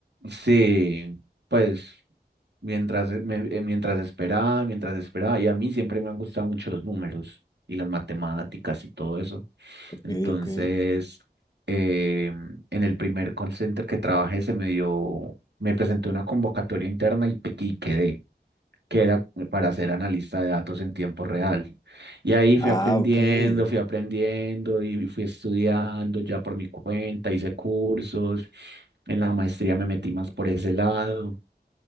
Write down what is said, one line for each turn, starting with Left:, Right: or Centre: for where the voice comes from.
Right: sí, pues mientras, eh, me- eh, mientras esperaba, mientras esperaba. Y a mí siempre me han gustado mucho los números y las matemáticas y todo eso.
Left: Ok,
Right: Entonces,
Left: ok.
Right: eh, en el primer call center que trabajé se me dio, me presenté una convocatoria interna y, pe- y quedé, que era para ser analista de datos en tiempo real. Y ahí
Left: Ah,
Right: fui aprendiendo,
Left: ok.
Right: fui aprendiendo y fui estudiando ya por mi cuenta, hice cursos, en la maestría me metí más por ese lado.